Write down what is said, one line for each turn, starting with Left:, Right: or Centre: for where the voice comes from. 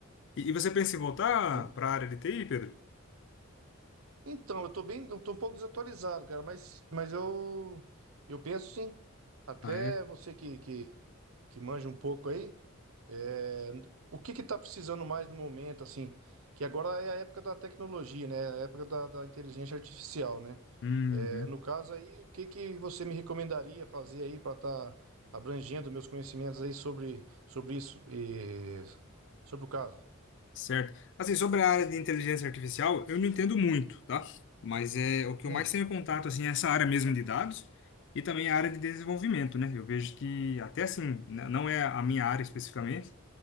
Left: E, e você pensa em voltar
Right: Sim.
Left: para a área de TI, Pedro?
Right: Então, eu tô bem, eu tô um pouco desatualizado, cara, mas, mas eu eu penso sim. Até
Left: Ah, é?
Right: você que, que que manja um pouco aí. É, o que que tá precisando mais no momento, assim? Que agora é a época da tecnologia, né? A época da, da inteligência artificial, né?
Left: Uhum.
Right: É, no caso aí, o que que você me recomendaria fazer aí para estar abrangendo meus conhecimentos aí sobre, sobre isso e sobre o caso?
Left: Certo. Assim, sobre a área de inteligência artificial, eu não entendo muito, tá? Mas é o que eu
Right: Sim,
Left: mais tenho contato, assim, é essa área mesmo de dados e também a área de desenvolvimento, né? Eu vejo que, até assim, n- não é a minha área especificamente,